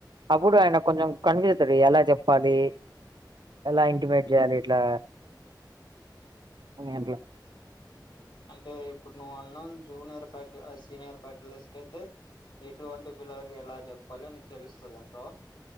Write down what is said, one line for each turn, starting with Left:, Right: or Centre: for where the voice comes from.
Right: అప్పుడు ఆయన కొంచెం కన్ఫ్యూస్ ఐతాడు ఎలా చెప్పాలి ఎలా ఇంటిమేట్ చేయాలి ఇట్లా ఏంటి
Left: అంటే ఇప్పుడు నువ్వు అన్నాం జూనియర్ ఫ్యాక సీనియర్ ఫ్యాక్టల్టీస్కయితే ఎటువంటి పిల్లలకి ఎలా చెప్పాలి నీకు తెలుస్తదంటావ్